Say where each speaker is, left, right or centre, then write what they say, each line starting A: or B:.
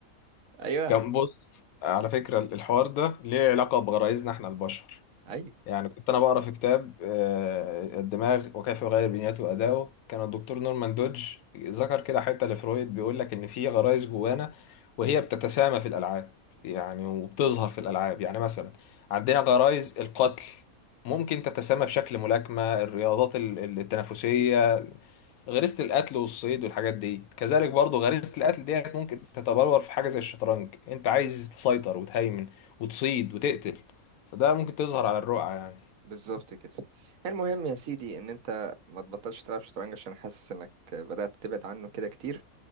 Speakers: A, on the right (about 70°); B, on the left (about 80°).
A: ايوه
B: كان بص على فكرة الحوار ده ليه علاقة بغرائزنا إحنا البشر
A: ايوه
B: يعني كنت انا بقرا في كتاب آه، الدماغ وكيف يغير بنيته وادائه كان الدكتور نورمان دودج ذكر كده حته لفرويد بيقول لك ان في غرايز جوانا وهي بتتسامى في الالعاب يعني وبتظهر في الالعاب يعني مثلا عندنا غرايز القتل ممكن تتسامى في شكل ملاكمه الرياضات ال- ال- التنافسيه غريزه القتل والصيد والحاجات دي كذلك برضو غريزه القتل ديت ممكن تتبلور في حاجه زي الشطرنج انت عايز تسيطر وتهيمن وتصيد وتقتل فده ممكن تظهر على الرقعه يعني
A: بالظبط كده المهم يا سيدي ان انت ما تبطلش تلعب شطرنج عشان حاسس انك بدأت تبعد عنه كده كتير